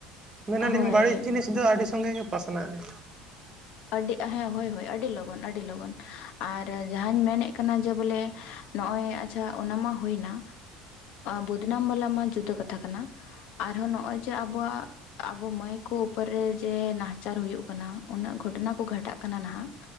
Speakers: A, on the right; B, on the left.
A: ᱢᱮᱱᱟᱞᱤᱧ
B: ᱦᱳᱭ
A: ᱵᱟᱹᱲᱤᱡ ᱡᱤᱱᱤᱥ ᱫᱚ ᱟᱹᱰᱤ ᱥᱚᱸᱜᱮ ᱜᱮ ᱯᱟᱥᱱᱟᱜᱼᱟ᱾
B: ᱟᱹᱰᱤ ᱦᱮᱸ ᱦᱚᱭ ᱦᱚᱭ ᱟᱹᱰᱤ ᱞᱚᱜᱚᱱ ᱟᱹᱰᱤ ᱞᱚᱜᱚᱱ, ᱟᱨ ᱡᱟᱦᱟᱧ ᱢᱮᱱᱮᱫ ᱠᱟᱱᱟ ᱡᱮ ᱵᱚᱞᱮ ᱱᱚᱜᱼᱚᱭ ᱟᱪᱪᱷᱟ ᱚᱱᱟ ᱢᱟ ᱦᱩᱭ ᱮᱱᱟ, ᱵᱚᱫᱱᱟᱢ ᱵᱟᱞᱟ ᱢᱟ ᱡᱩᱫᱟᱹ ᱠᱟᱛᱷᱟ ᱠᱟᱱᱟ᱾ ᱟᱨᱦᱚ ᱱᱚᱜᱼᱚᱭ ᱡᱮ ᱟᱵᱚᱣᱟᱜ ᱟᱵᱚ ᱢᱟᱹᱭ ᱠᱚ ᱩᱯᱟᱹᱨ ᱨᱮ ᱡᱮ ᱱᱟᱦᱟᱪᱟᱨ ᱦᱩᱭᱩᱜ ᱠᱟᱱᱟ ᱩᱱᱟᱹᱜ ᱜᱷᱚᱴᱚᱱᱟ ᱠᱚ ᱜᱷᱟᱴᱟᱜ ᱠᱟᱱᱟ ᱱᱟᱦᱟᱜ,